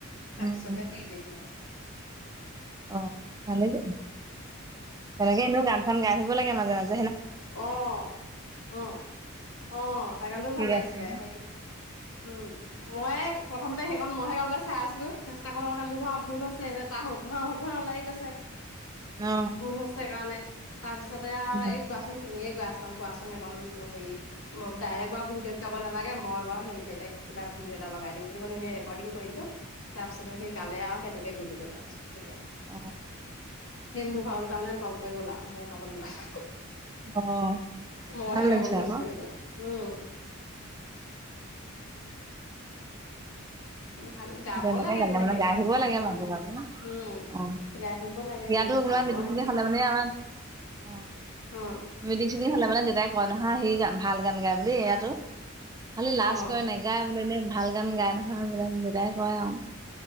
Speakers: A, on the right (about 15°); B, on the left (about 70°).
A: উম
B: তাৰপিছতে দি দিলো আও।
A: অ ভালেই যান তেনেকে এনেও গান। গাই থাকিব লাগে মাজোজে।
B: অহ অহ অহ তাৰ গানটোও
A: ঠিক
B: ভাল লাগিছিলে
A: আছে
B: হে উম মই প্ৰথম। ত সেইখনত মহহে গাববলৈ চাই আছিলো। তাক লগতে মোৰ হোৱা ভুল হৈছে এ তাহত। শুধাও শু ধা ও লাগি গৈছে।
A: অ
B: ভুল হৈছে কাৰণে। তাৰপিছতে আও
A: অ
B: এই গোৱাচুন শুনিয়ে গছ গোৱাচোন এন হেৰি ডাইৰেক্ট বাৰু ভিডিঅ'ত গাব নালাগে মই বাৰু সেই বেলেগ। কিবা ভিউ এটা লগাই দিম। ল ৰেকৰ্ডিং কৰিদিলো। তাৰপিছতে সেই গালে আৰু সেইটো। দি দিলো তাৰপিছত তেতিয়া।
A: অহ।
B: সেই মোৰ ভা তাৰমানে তল পৰি গ'ল আৰু মোৰ কাপোৰ লোৱা।
A: অ
B: মইহে
A: ভাল লাগিছে
B: গাবলৈ ধৰিছিলো
A: আক।
B: সেইটো উম। ভাল গাব
A: তেনেকে
B: লাগে
A: গে মানে গাই
B: গান
A: থাকিব লাগে
B: খালি
A: মাজে
B: ম
A: মাজে
B: উম
A: অ
B: গাই থাকিব লাগে
A: ইয়াতো কোবা
B: গাব
A: মিটিং খিনি
B: সেই
A: হলে। মানে আমাৰ অ
B: অ
A: মিটিং খিনি
B: কি
A: হলে মানে দেউতাক। কয় নহা সি গান ভাল গান গায় বুলি এইয়াতো। খালি লাজ
B: অ
A: কৰে নেগায়। এনে ভাল গান গাই নহয়দেদায়। কয় আও।